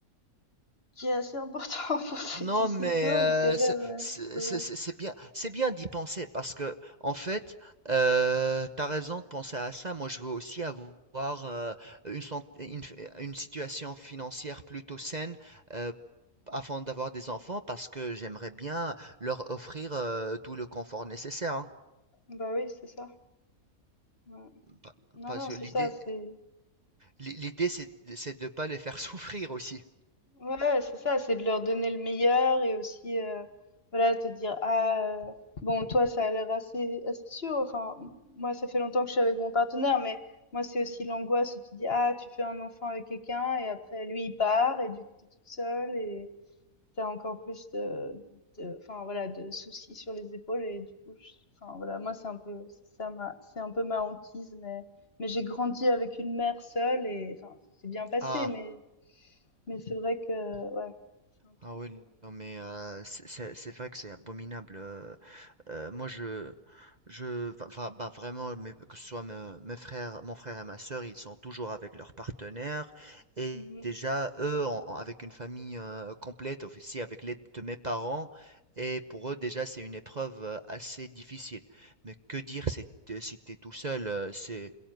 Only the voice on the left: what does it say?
qui est assez important <laughs> pour cette
décision,
je dirais,
ouais,
c'est vrai.
Bah oui, c'est ça. Ouais.
Non,
non,
c'est
ça, c'est
ouais, ouais, c'est ça, c'est de leur donner le meilleur et aussi euh, voilà, te dire ah euh, bon, toi ça a l'air assez assez sûr. Enfin, moi ça fait longtemps que je suis avec mon partenaire, mais moi c'est aussi l'angoisse où tu dis ah, tu fais un enfant avec quelqu'un et après lui il part et du coup t'es toute seule et tu encore plus de, de, enfin voilà, de soucis sur les épaules et du coup, je- enfin voilà, moi c'est un peu, c'est ça ma, c'est un peu ma hantise, mais, mais j'ai grandi avec une mère seule et enfin ça s'est bien passé,
mais, mais c'est vrai que ouais, c'est un truc.
euh,
mhm,